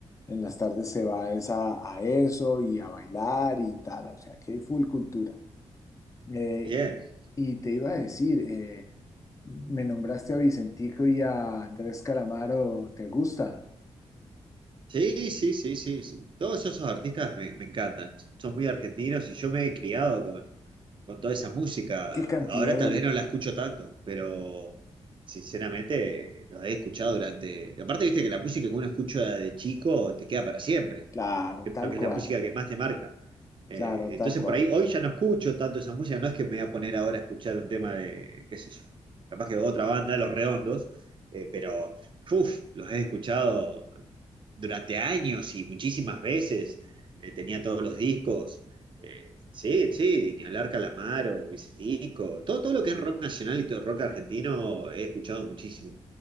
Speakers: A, on the left; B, on the right.
A: en las tardes se va es a, a eso y a bailar y tal, o sea que hay full cultura. Eh,
B: Bien.
A: y te iba a decir, eh, me nombraste a Vicentico y a Andrés Calamaro, ¿te gusta?
B: Sí, sí, sí, sí, sí. Todos esos artistas me, me encantan. Son muy argentinos y yo me he criado con, con toda esa música.
A: ¿Qué cantidad
B: Ahora
A: de
B: tal
A: artistas?
B: vez no la escucho tanto, pero sinceramente los he escuchado durante... Aparte, viste que la música que uno escucha de chico te queda para siempre
A: Claro,
B: creo
A: tal
B: que
A: cual,
B: es la música que más te marca. Eh,
A: claro, tal
B: entonces
A: cual.
B: por ahí hoy ya no escucho tanto esa música, no es que me voy a poner ahora a escuchar un tema de, qué sé yo, capaz que otra banda, Los Redondos, eh, pero uf, los he escuchado durante años y muchísimas veces, eh, tenía todos los discos, eh, sí, sí, ni hablar Calamaro, Vicentico, todo, todo lo que es rock nacional y todo rock argentino he escuchado muchísimo.